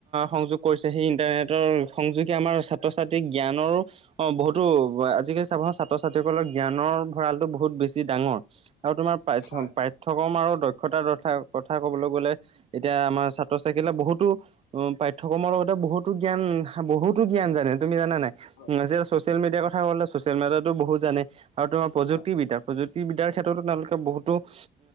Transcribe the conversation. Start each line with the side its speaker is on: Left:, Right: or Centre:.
Right: সংযোগ। কৰিছে সেই ইণ্টাৰনেটৰ সংযোগ। আমাৰ ছাত্ৰ-ছাত্ৰীক জ্ঞানৰো অ', বহুতো আজি কালি ছাবাছোন ছাত্ৰ-ছাত্ৰীসকলৰ জ্ঞানৰ ভঁৰালটো বহুত বেছি ডাঙৰ আৰু তোমাৰ পাই
Left: হয়
Right: পাঠ্যক্ৰম আৰু দক্ষতাৰ কথা কবলৈ গ'লে এতিয়া আমাৰ ছাত্ৰ-ছাত্ৰীলে বহুতো পাঠ্যক্ৰমৰ লগতে বহুতো জ্ঞান বহুতো জ্ঞানে জানে তুমি জানা নাই
Left: হয়
Right: যে ছচিয়েল মিডিয়াৰ কথা ক'লে ছচিয়েল মেডিয়াতো বহুত জানে। আৰু তোমাৰ প্ৰযুক্তিবিদ্যা,
Left: হয়
Right: প্ৰযুক্তিবিদ্যাৰ ক্ষেত্ৰতো তেওঁলোকে বহুতো অ',